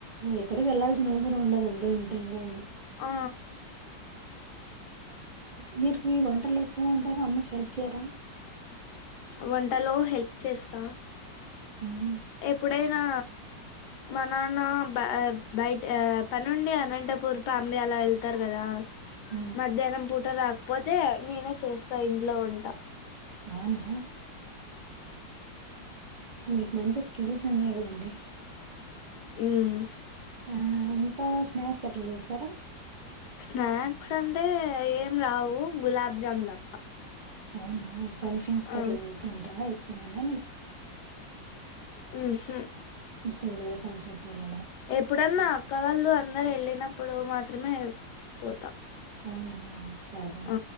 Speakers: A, on the right (about 65°); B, on the left (about 70°).
A: ఎక్కడికి వెళ్ళాల్సిన అవసరం ఉండదు అందరు ఉంటేనే
B: ఆ
A: మీరుకి వంటలు వస్తాయి అంటాగా అమ్మకి హెల్ప్ చేయరా
B: వంటలో హెల్ప్ చేస్తా
A: మ్మ్.
B: ఎప్పుడైనా మా నాన్న బ బయట పనుండి అనంతపూర్ ఫ్యామిలీ అలా వెళ్తారు కదా
A: హ్మ్.
B: మధ్యాహ్నం పూట రా పోతే నేనే చేస్తా ఇంట్లో వంట
A: అవునా మీకు మంచి స్కిల్స్ ఉన్నాయి కదండి
B: ఉమ్
A: ఆ ఇంకా స్నాక్స్ ఎట్లా చేస్తారా
B: స్నాక్స్ అంటే ఏం రావు గులాబ్ జామున్ తప్ప
A: అవునా ఫంక్షన్స్ కట్లా
B: ఆ
A: వెళ్తుంటావా ఇష్టమేనా నీకు?
B: ఉ హు
A: ఇష్టం లేదా ఫంక్షన్స్ వెళ్ళ
B: ఎప్పుడన్నా అక్క వాళ్ళు అందరు వెళ్ళినప్పుడు మాత్రమే పోతా
A: అవునా? సరే.
B: ఆ